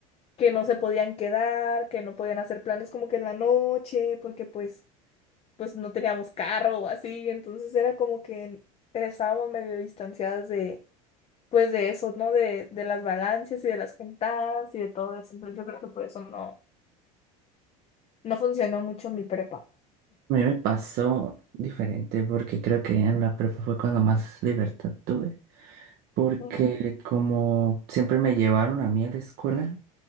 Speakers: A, on the left (about 35°); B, on the right (about 55°).
A: que no se podían quedar, que no podían hacer planes como que en la noche, porque pues, pues no teníamos carro o así, entonces era como que estábamos medio distanciadas de, pues de eso, ¿no? De, de las vagancias y de las juntadas y de todo eso, entonces yo creo que por eso no, no funcionó mucho mi prepa.
B: A mí me pasó diferente porque creo que en la prepa fue cuando más libertad tuve. Porque
A: Ujú.
B: como siempre me llevaron a mí a la escuela,